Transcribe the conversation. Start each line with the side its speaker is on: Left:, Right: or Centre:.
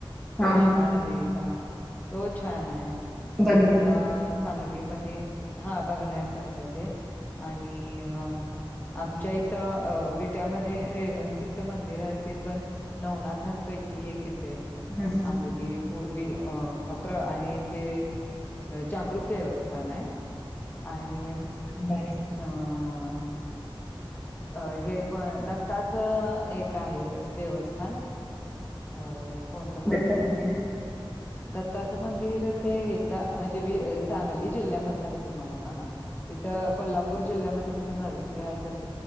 Left: कृष्णा
Centre: हा, हा.
Left: नदीचा. तो छान आहे
Centre: बघण्या
Left: परत सांगलीमध्ये, हा बघण्यासारखं आहे ते आणि अ आमच्या इथं विट्यामध्ये रेवन सिद्ध मंदिर आहे ते पण नवनाथ पाठांपैकी एक येतय
Centre: हा
Left: आहे अगदी पूर्वी अ प्र आणि ते जागृत देवस्थान आहे. आणि अं
Centre: बर
Left: अ हे पण दत्ताचं एक आहे देवस्थान. अ कोणतं बर
Centre: दत्त
Left: ते
Centre: मंदिर
Left: आहे दत्ताचं मंदिर ते हिता म्हणजे सांगली जिल्ह्यामध्ये तुम्हाला सग तिथ कोल्हापूर जिल्ह्यामध्ये कस नर्सिह आहे तस